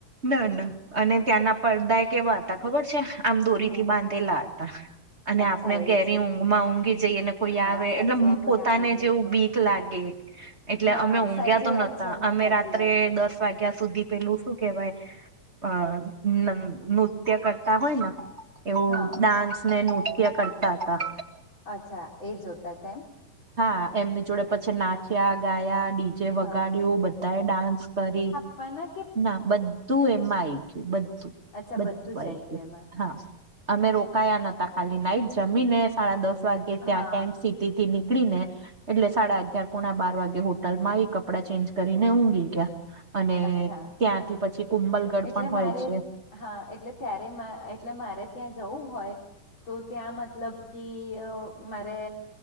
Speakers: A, on the right; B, on the left.
A: ના ના અને ત્યાંના પડદાય કેવા હતા ખબર છે. આમ દોરીથી
B: હમ
A: બાંધેલા હતા અને
B: અચ્છા
A: આપણે
B: એવું
A: ઘેરી
B: છે
A: ઊંઘમાં ઊંઘી. જઈએ ને કોઈ
B: હા
A: આવે
B: સાચી
A: એટલે એમ
B: વાત કોઈ
A: પોતાને
B: આવી જાય
A: જેવું
B: તો
A: બીક લાગે એટલે
B: હા
A: અમે ઊંઘ્યા
B: સાચી
A: તો
B: વાત
A: નથ. તા
B: છે ના
A: અમે
B: સાચી
A: રાત્રે
B: વાત છે
A: દસ વાગ્યા સુધી પેલું શું કેહવાય. અ ન નૃત્ય કરતા હોય ને. એવું
B: હા
A: ડાન્સને નૃત્ય કરતા હતાં.
B: અચ્છા એ જોતાતાં એમ.
A: હા એમની જોડે પછી નાચ્યાં ગાયા ડી. જે વગાડ્યું
B: હા
A: બધાએ ડાન્સ કરી.
B: ફને.
A: ના બધું એમાં આય ગયું બધું
B: અચ્છા
A: બધું આય
B: જ આઈ
A: ગયું
B: એમાં
A: હા. અમે રોકાયા નતાં ખાલી નાઈટ જમીને સાડા દસ વાગે ત્યાં
B: હા
A: ટેન્ટ સીટીથી નીક ળીને. એટલે સાડા અગયાર પોણાં બાર વાગે હોટલમાં આઈ કપડાં ચેન્જ કરીને ઊંઘી ગીયા. અને
B: અચ્છા
A: ત્યાંથી પછી કુંબલગઢ
B: એટલે
A: પણ હોય
B: મારે
A: છે.
B: હા એટલે ત્યારે મા એટલે મારે ત્યાં જવું હોય. તો ત્યાં મતલબ કી અ મારે.